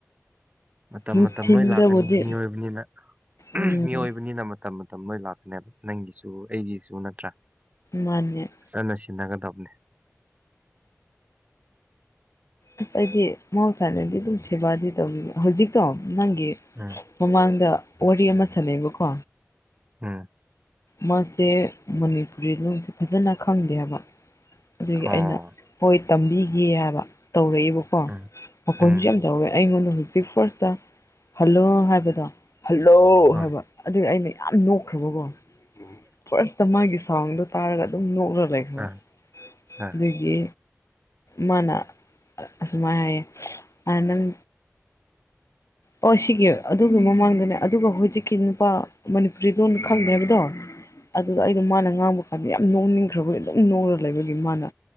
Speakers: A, on the right; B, on the left.
A: ꯃꯇꯝ
B: ꯅꯨꯡꯊꯤꯟꯗꯕꯨꯗꯤ
A: ꯃꯇꯝ ꯂꯣꯏ ꯂꯥꯛꯀꯅꯤ ꯃꯤꯑꯣꯏꯕꯅꯤꯅ
B: ꯎꯝ
A: ꯃꯤꯑꯣꯏꯕꯅꯤꯅ ꯃꯇꯝ ꯃꯇꯝ ꯂꯣꯏ ꯂꯥꯛꯀꯅꯦꯕ ꯅꯪꯒꯤꯁꯨ ꯑꯩꯒꯤꯁꯨ ꯅꯠꯇ꯭ꯔꯥ꯫
B: ꯃꯥꯅꯦ꯫
A: ꯐꯖꯅ ꯁꯦꯟꯅꯒꯗꯕꯅꯦ꯫
B: ꯑꯁ ꯑꯩꯗꯤ ꯃꯍꯧꯁꯥꯅꯗꯤ ꯑꯗꯨꯝ ꯁꯦꯕꯥꯗꯤ ꯇꯧꯅꯤ ꯍꯧꯖꯤꯛꯇꯣ ꯅꯪꯒꯤ
A: ꯑ꯫
B: ꯃꯃꯥꯡꯗ ꯋꯥꯔꯤ ꯑꯃ ꯁꯥꯟꯅꯩꯕꯀꯣ꯫
A: ꯑ꯫
B: ꯃꯥꯁꯦ ꯃꯅꯤꯄꯨꯔꯤ ꯂꯣꯟꯁꯦ ꯐꯖꯅ ꯈꯪꯗꯦ ꯍꯥꯏꯕ ꯑꯗꯨꯒꯤ
A: ꯑꯣ
B: ꯑꯩꯅ ꯍꯣꯏ ꯇꯝꯕꯤꯒꯦ ꯍꯥꯏꯕ ꯇꯧꯔꯛꯑꯦꯕꯀꯣ
A: ꯎꯝ
B: ꯃꯈꯣꯟꯁꯨ
A: ꯎꯝ
B: ꯌꯥꯝ ꯆꯥꯎꯋꯦ ꯑꯩꯉꯣꯟꯗ ꯍꯨꯖꯤꯛ ꯐ꯭ꯔꯁꯇ ꯍꯜꯂꯣ ꯍꯥꯏꯕꯗꯣ ꯍꯜꯂꯣ
A: ꯍꯣꯏ
B: ꯍꯥꯏꯕ꯫ ꯑꯗꯨꯒꯤ ꯑꯩꯅ ꯌꯥꯝ ꯅꯣꯛꯈ꯭ꯔꯕꯀꯣ ꯐꯔ꯭ꯁꯇ ꯃꯥꯒꯤ ꯁꯥꯎꯟꯗꯣ ꯇꯥꯔꯒ ꯑꯗꯨꯝ ꯅꯣꯛꯂꯒ ꯂꯩ <unintelligible>
A: ꯑ ꯑ
B: ꯑꯗꯨꯒꯤ ꯃꯥꯅ ꯑꯁꯨꯃꯥꯏꯅ ꯍꯥꯏꯌꯦ ꯑꯥ ꯅꯪ
A: <inaudible>
B: ꯑꯣ ꯁꯤꯒꯤ ꯑꯗꯨꯒꯤ ꯃꯃꯥꯡꯗꯅꯦ ꯑꯗꯨꯒ ꯍꯨꯖꯤꯛꯀꯤ ꯅꯨꯄꯥ ꯃꯅꯤꯄꯨꯔꯤ ꯂꯣꯟ ꯈꯪꯗꯦ ꯍꯥꯏꯕꯗꯣ ꯑꯗꯨꯗ ꯑꯩꯗꯤ ꯃꯥꯅ ꯉꯥꯡꯕ ꯀꯥꯟꯗ ꯌꯥꯝ ꯅꯣꯛꯅꯤꯡꯈ꯭ꯔꯕꯒꯤ ꯑꯗꯨꯝ ꯅꯣꯛꯔ ꯂꯩꯕꯒꯤ ꯃꯥꯅ